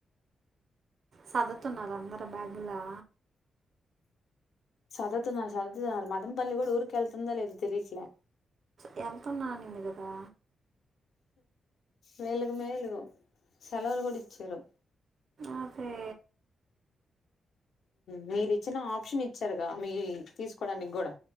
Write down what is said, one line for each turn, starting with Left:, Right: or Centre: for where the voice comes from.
Right: సదుతున్నారు అందరు బ్యాగులో
Left: సదతునారు సదతనారు మదం పల్లి కూడా ఊరుకిళ్ళతుందా వెళుతుందో లేదో తెలియట్లేదు
Right: వెళ్తున్నా నంది కదా
Left: వేలు కు మేలు సెలవులు కూడా ఇచ్చారు.
Right: అదే
Left: మీరు ఇచ్చిన ఆప్షన్ ఇచ్చారుగా మీ తీసుకోవడానికి కూడా.